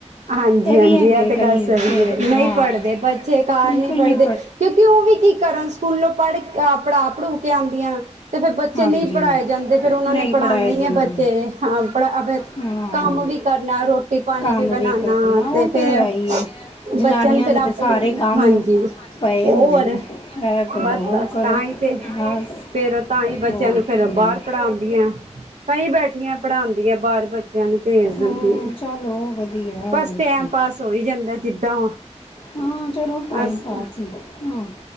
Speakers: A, on the right; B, on the left.
A: ਹਾਂਜੀ-ਹਾਂਜੀ
B: ਵੀ ਹੈਗੇ
A: ਇਹ ਤੇ
B: ਕਈ
A: ਗੱਲ ਸਈ
B: ਪੇਰੈਂਟਸ
A: ਹੈ ਨਈ
B: ਹਾਂ
A: ਪੜ੍ਹਦੇ ਬੱਚੇ ਘਾਰ
B: ਬਿਲਕੁਲ
A: ਨਈ ਪੜ੍ਹਦੇ
B: ਨਹੀਂ
A: ਕਿਉਕਿ ਓ ਵੀ ਕੀ ਕਰਨ ਸਕੂਲੋਂ ਪੜ੍ਹ ਅ ਪੜ੍ਹਾ ਪੜੂ ਕੇ ਆਂਦੀਆਂ। ਤੇ ਫਿਰ ਬੱਚੇ
B: ਹਾਂਜੀ
A: ਨਈ ਪੜ੍ਹਾਏ ਜਾਦੇ ਫਿਰ ਉਹਨਾਂ
B: ਨਹੀਂ
A: ਨੇ ਪੜ੍ਹਾਣੇ
B: ਪੜ੍ਹਾਏ ਜਾਂਦੇ
A: ਈ ਬੱਚੇ ਹਾਂ ਪੜ ਅਬ
B: ਹਾਂ
A: ਕੰਮ ਵੀ ਕਰਨਾ ਰੋਟੀ ਪਾਣੀ
B: ਕੰਮ
A: ਵੀ ਬਣਾਣਾ
B: ਕਰਨਾ ਉਹ
A: ਤੇ ਫਿਰ
B: ਹੈ ਹੀ ਹੈ ਜਨਾਨੀਆਂ
A: ਬੱਚਿਆਂ ਨੂੰ ਫਿਰ
B: ਦੇ ਤੇ
A: ਆਪੇ
B: ਸਾਰੇ
A: ਹੀ ਉਹਨਾ
B: ਕੰਮ
A: ਨੇ ਹਾਂਜੀ
B: ਪਏ
A: ਹੋਰ
B: ਹੁੰਦੇ ਨੇ ਇਹ ਕਰੋ
A: ਬਸ-ਬਸ
B: ਉਹ ਕਰੋ
A: ਤਾਂ ਹੀ ਤੇ
B: ਬਸ
A: ਫਿਰ ਤਾਂ ਹੀ ਬੱਚਿਆਂ
B: ਹੋਰ
A: ਨੂੰ ਫੇਰ
B: ਕੀ
A: ਬਾਰ
B: ਹਮ
A: ਪੜ੍ਹਾਂਦੀਆਂ। ਕਈ ਬੈਠੀਆਂ ਪੜ੍ਹਾਂਦੀਆਂ ਬਾਰ ਬੱਚਿਆਂ ਨੂੰ ਭੇਜ ਦਿੰਦੀਆਂ।
B: ਹਮ ਚਲੋ ਹੋਰ ਵਧੀਆ
A: ਬਸ ਟੈਮ
B: ਕੀ
A: ਪਾਸ ਹੋਈ ਜਾਂਦਾ ਜਿੱਦਾਂ
B: ਹਾਂ ਚਲੋ ਟਾਇਮ
A: ਅਸ
B: ਪਾਸ ਈ ਆਂ।